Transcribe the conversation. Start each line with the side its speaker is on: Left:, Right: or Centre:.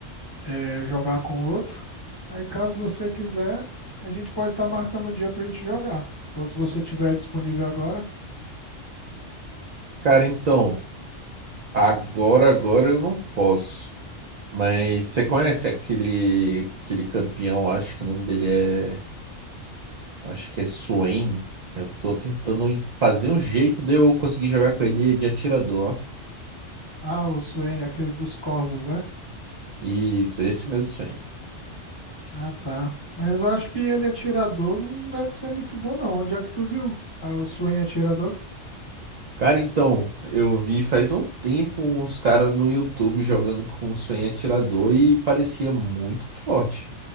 Left: é, jogar com o outro. Aí caso você quiser, a gente pode estar marcando o dia para a gente jogar. Ou se você tiver disponível agora.
Right: Cara, então, agora, agora eu não posso. Mas você conhece aquele, aquele campeão, acho que o nome dele é. Acho que é Swain. Eu tô tentando em- fazer um jeito de eu conseguir jogar com ele de atirador.
Left: Ah, o Swain, aquele dos corvos, né?
Right: Isso, esse mesmo Swain.
Left: Ah, tá. Mas eu acho que ele atirador não deve ser muito bom, não. Onde é que tu viu? Ah, o Swain atirador?
Right: Cara, então, eu vi faz um tempo uns caras no YouTube jogando com o Swain atirador e parecia muito forte.